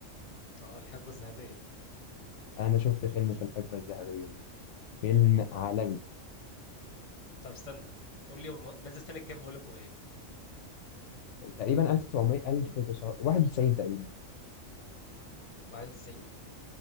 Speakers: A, on the left; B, on the left.
A: أه الحقبة الذهبية
B: انا شفت فيلم في الحقبه الذهبيه دي فيلم عالمي
A: طب استنى قول لي م- نزل سنة كام هقول لك وإيه؟
B: تقريبا 1900 1991 تقريبا
A: 91